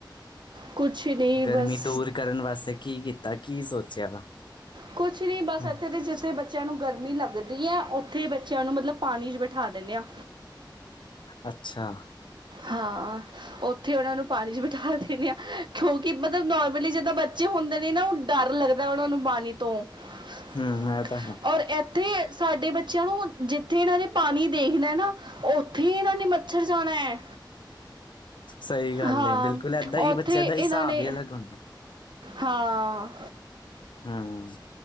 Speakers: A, on the right; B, on the left.
A: ਕੁਛ ਨਹੀਂ।
B: ਗਰਮੀ
A: ਬਸ
B: ਦੂਰ ਕਰਨ ਵਾਸਤੇ ਕੀ ਕੀਤਾ, ਕੀ ਸੋਚਿਆ ਵਾ?
A: ਕੁਛ ਨਹੀਂ ਬਸ
B: ਹੂੰ,
A: ਇੱਥੇ ਤੇ ਜਿੱਥੇ ਬ ਬੱਚਿਆਂ ਨੂੰ ਗਰਮੀ ਲੱਗਦੀ ਏ ਉੱਥੇ ਬੱਚਿਆਂ ਨੂੰ ਮਤਲਬ ਪਾਣੀ ਚ ਬਿਠਾ ਦਿੰਦੇ ਆ।
B: ਅੱਛਾ।
A: ਹਾਂ ਉੱਥੇ ਉਹਨਾਂ ਨੂੰ ਪਾਣੀ ਚ ਬਿਠਾ ਦਿੰਦੇ ਆ। ਕਿਉਂਕਿ ਮਤਲਬ ਨੋਰਮਲੀ ਜਿੱਦਾਂ ਬੱਚੇ ਹੁੰਦੇ ਨੇ ਨਾ। ਉਹ ਡਰ ਲੱਗਦਾ ਉਹਨਾਂ ਨੂੰ ਪਾਣੀ ਤੋਂ। ਹਾਂ <inaudible>
B: ਹੂੰ ਇਹ ਤਾਂ ਹੈ।
A: ਔਰ ਐਥੇ ਸਾਡੇ ਬੱਚੇਆਂ ਨੂੰ, ਜਿੱਥੇ ਇਨਾਂ ਨੇ ਪਾਨੀ ਦੇਖਨਾ ਏ ਨਾ ਉੱਥੇ ਹੀ ਏਹਨਾਂ ਨੇ ਮੱਛਰ ਜਾਣਾ ਐ।
B: ਸਈ ਗੱਲ
A: ਹਾਂ
B: ਏ, ਬਿਲਕੁਲ ਏਦਾਂ ਹੀ
A: ਉੱਥੇ
B: ਬੱਚੇਆਂ
A: ਇਹਨਾਂ
B: ਦਾ ਹਿਸਾਬ
A: ਨੇ
B: ਈ ਅਲੱਗ ਹੁੰਦਾ।
A: ਹਾਂ।
B: ਹੂੰ।